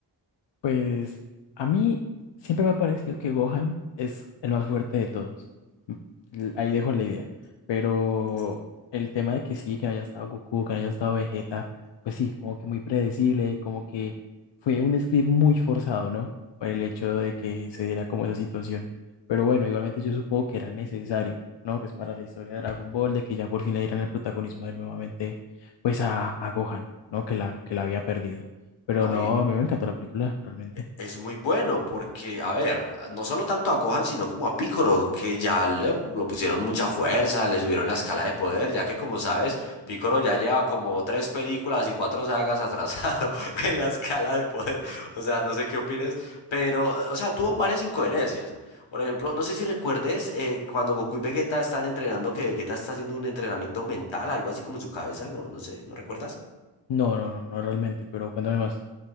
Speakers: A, on the left (about 70°); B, on the left (about 80°).
A: Pues a mí siempre me ha parecido que Gohan es el más fuerte de todos. M- l- Ahí dejo la idea. Pero el tema de que sí, que no haya estado Goku, que no haya estado Vegeta, pues sí, como que muy predecible y como que fue un script muy forzado, ¿no? Por el hecho de que se diera como esa situación. Pero bueno, igualmente yo supongo que era necesario, ¿no? Pues para la historia de Dragon Ball, de que ya por fin le dieran el protagonismo de nuevamente, pues a, a Gohan, ¿no? Que la, que la había perdido. Pero
B: No,
A: no,
B: y
A: a mí me encantó la película, realmente.
B: Es muy bueno porque, a ver, no solo tanto a Gohan, sino como a Piccolo, que ya le, lo pusieron mucha fuerza, le subieron la escala de poder, ya que como sabes, Piccolo ya lleva como tres películas y cuatro sagas atrasado <laughs> en la escala de poder. O sea, no sé qué opines, pero, o sea, tuvo varias incoherencias. Por ejemplo, no sé si recuerdes eh, cuando Goku y Vegeta están entrenando, que Vegeta está haciendo un entrenamiento mental, algo así como en su cabeza, no, no sé, ¿no recuerdas?
A: No, no, no realmente, pero cuéntame más.